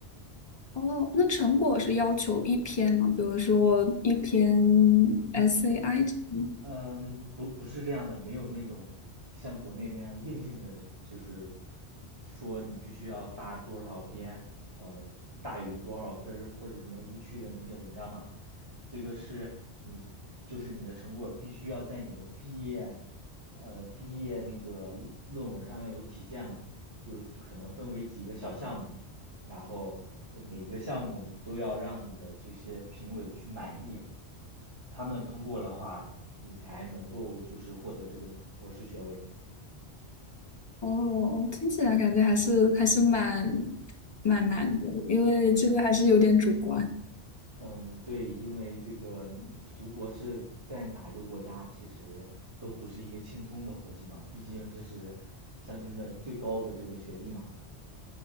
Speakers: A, on the left; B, on the right.
A: 哦，那成果是要求一篇吗？比如说一篇 SAI 这种
B: 嗯，不不是这样的，没有那种像国内那样硬性的，就是说你必须要发多少篇，呃，大于多少分儿或者什么一区的那些文章嘛。这个是你就是你的成果必须要在你的毕业呃毕业那个论文上要有体现嘛，就是可能分为几个小项目，然后呃每个项目你都要让你的这些评委去满意，他们通过的话，你才能够就是获得这个博士学位。
A: 哦，听起来感觉还是还是蛮蛮难的，因为这个还是有点主观
B: 嗯，对，因为这个你读博士在哪个国家，其实都不是一个轻松的活计嘛，毕竟这是象征着最高的这个学历嘛。